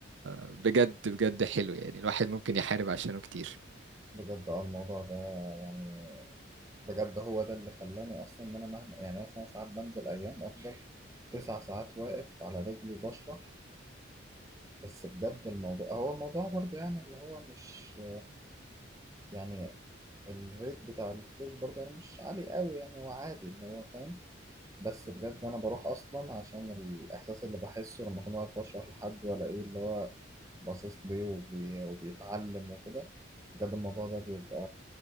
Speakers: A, on the right (about 70°); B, on the right (about 15°).
A: بجد بجد حلو يعني الواحد ممكن يحارب عشانه كتير
B: بجد آه الموضوع ده يعني بجد هو ده اللي خلاني أصلا إن أنا مهما يعني مثلا ساعات بنزل أيام أفضل تسع ساعات واقف على رجلي بشرح بس بجد الموضوع هو الموضوع برضه يعني اللي هو مش يعني الريت بتاع الفلوس برضه يعني مش عالي قوي يعني هو عادي اللي هو فاهم بس بجد انا بروح اصلا عشان الاحساس اللي بحسه لما اكون واقف بشرح لحد ولا ايه اللي هو باصص ليه وبي... وبيتعلم وكده بجد الموضوع ده بيبقى